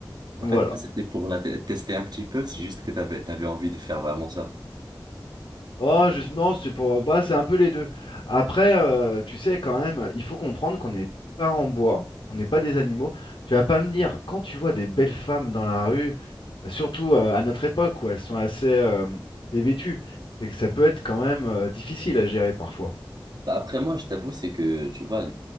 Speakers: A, on the left (about 65°); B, on the right (about 55°).
A: Voilà.
B: En fait, ça, c'était pour la te- tester un petit peu, c'est juste que t'avais, t'avais envie de faire vraiment ça.
A: Oh, je- non, c'est pour. Bah, c'est un peu les deux. Après, euh, tu sais, quand même, il faut comprendre qu'on n'est pas en bois, on n'est pas des animaux. Tu vas pas me dire, quand tu vois des belles femmes dans la rue, euh, surtout euh, à notre époque où elles sont assez euh, dévêtues, c'est que ça peut être quand même euh, difficile à gérer parfois.
B: Bah, après, moi, je t'avoue, c'est que, tu vois,